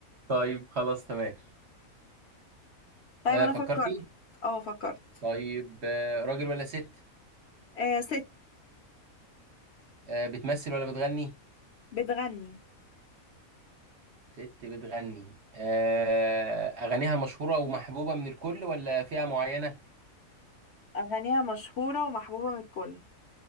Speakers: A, on the right; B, on the left.
A: طيب خلاص تمام
B: طيب
A: آه
B: انا
A: فكرتي
B: فكرت اه فكرت
A: طيب آه راجل ولا ست
B: آه ست
A: آه بتمثل ولا بتغني
B: بتغني
A: ست بتغني آه، أغانيها مشهورة ومحبوبة من الكل ولا فئة معينة؟
B: اغانيها مشهورة ومحبوبة من الكل